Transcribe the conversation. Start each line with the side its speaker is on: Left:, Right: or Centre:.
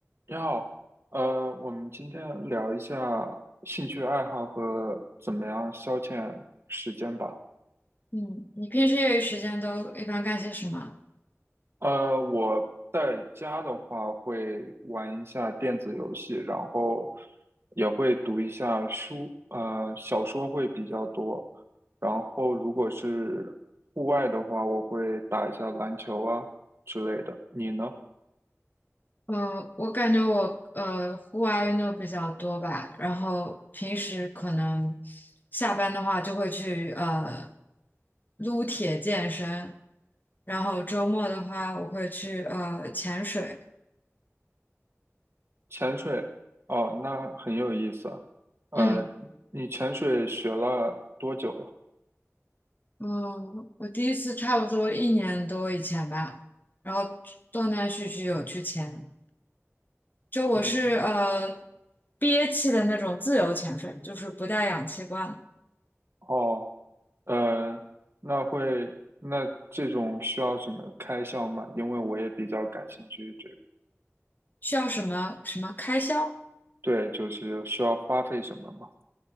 Right: 你好，呃，我们今天聊一下兴趣爱好和怎么样消遣时间吧。
Left: 嗯，你平时业余时间都一般干些什么？
Right: 呃，我在家的话会玩一下电子游戏，然后也会读一下书，呃，小说会比较多。然后如果是户外的话，我会打一下篮球啊之类的。你呢？
Left: 呃，我感觉我呃户外运动比较多吧，然后平时可能下班的话就会去呃撸铁健身，然后周末的话我会去呃潜水。
Right: 潜水？哦，那很有意思啊呃，
Left: 嗯
Right: 你潜水学了多久了？
Left: 嗯，我第一次差不多一年多以前吧，然后断断续续有去潜，就我是呃
Right: 嗯，
Left: 憋气的那种自由潜水，就是不带氧气罐。
Right: 哦，呃，那会，那这种需要什么开销吗？因为我也比较感兴趣这个。
Left: 需要什么什么开销？
Right: 对，就是需要花费什么吗？